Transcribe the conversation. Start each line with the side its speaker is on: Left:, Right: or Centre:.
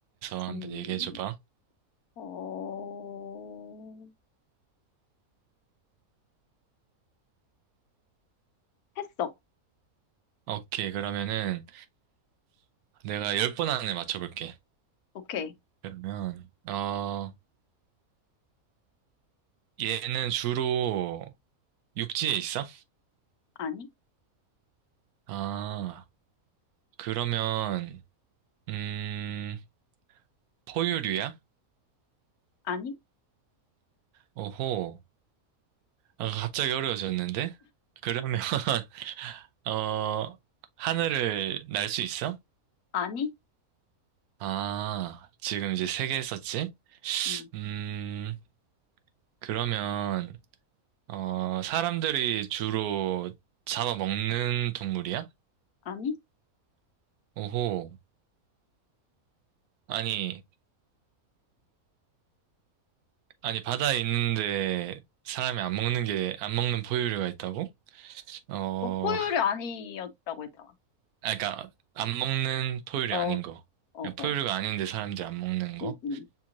Left: 전,
Right: 한번 얘기해줘봐.
Left: 어, 했어.
Right: 오케이, 그러면은 내가 열 번 안에 맞춰볼게.
Left: 오케이.
Right: 그러면, 어, 얘는 주로 육지에 있어?
Left: 아니?
Right: 아, 그러면, 음, 포유류야?
Left: 아니?
Right: 오호. 아, 갑자기 어려워졌는데? 그러면, <laughs> 어, 하늘을 날 수 있어?
Left: 아니?
Right: 아, 지금 이제 세 개 했었지?
Left: 음,
Right: 음, 그러면, 어, 사람들이 주로 잡아먹는 동물이야?
Left: 아니?
Right: 오호. 아니, 아니, 바다에 있는데 사람이 안 먹는 게, 안 먹는 포유류가 있다고? 어,
Left: 너 포유류 아니었다고 했잖아.
Right: 아, 그러니까 안 먹는 포유류
Left: 어,
Right: 아닌 거.
Left: 어,
Right: 그냥 포유류가
Left: 어.
Right: 아닌데 사람들이 안 먹는 거.
Left: 음, 음.